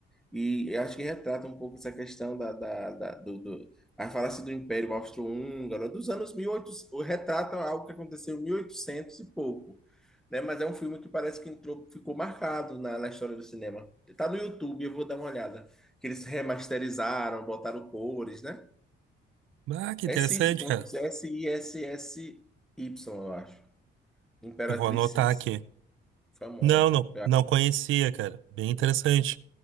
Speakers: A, in the centre; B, on the right.
A: E eu acho que retrata um pouco essa questão da, da, da- do, do, a falácia do Império Austro-Húngaro, né, dos anos 1800, retrata algo que aconteceu em 1800 e oitocentos e pouco, né? Mas é um filme que parece que entrou, ficou marcado na, na história do cinema. Tá no YouTube, eu vou dar uma olhada. Que eles remasterizaram, botaram cores, né?
B: Ah, que
A: É
B: interessante,
A: Sissi, como
B: cara.
A: se fosse S-I-S-S-Y, eu acho. Imperatriz
B: Eu vou anotar
A: Sissi,
B: aqui.
A: famosa.
B: Não, não, não conhecia, cara. Bem interessante.